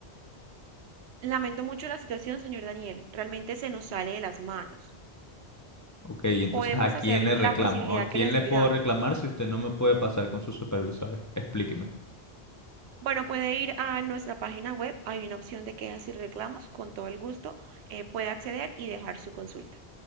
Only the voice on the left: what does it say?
Ok, entonces
¿a quién
le
reclamo?
¿O ¿A quién
le puedo
reclamar si usted no me puede pasar con su supervisor? Es- Explíqueme.